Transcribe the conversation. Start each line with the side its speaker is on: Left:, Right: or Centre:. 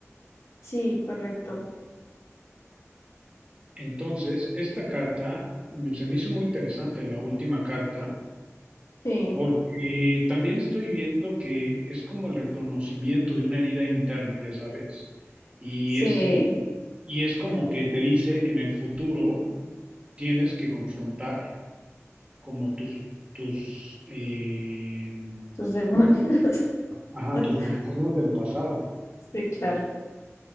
Left: Sí, correcto.
Right: Entonces, esta carta mm, se me hizo muy interesante, la última carta
Left: Sí,
Right: Porque también estoy viendo que es como el reconocimiento de una herida interna, ya sabes, y
Left: sí,
Right: es, y es como que te dice que en el futuro tienes que confrontar como tus, tus, eh,
Left: tus demonios.
Right: ajá,
Left: <laughs>
Right: tus fantasmas del pasado.
Left: Sí, claro.